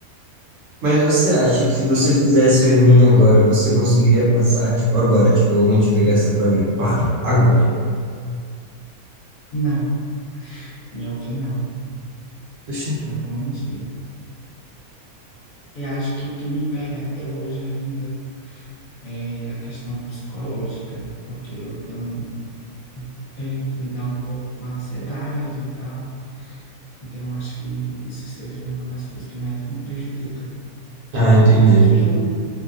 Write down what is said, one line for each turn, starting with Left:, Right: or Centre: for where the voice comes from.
Right: Mas você acha que se você
Left: Mas
Right: fizesse o Enem agora, você conseguiria passar? Tipo, agora. Tipo, alguém te pegar essa prova e pá, agora.
Left: não, melhor que não,
Right: Poxa.
Left: não vou mentir. Eu acho que o que me pega até hoje ainda é a questão psicológica, porque eu tenho, tenho que lidar um pouco com a ansiedade e tal. Então, eu acho que isso seja uma das coisas que mais me prejudica.
Right: Ah, entendi.
Left: Tanto que eu,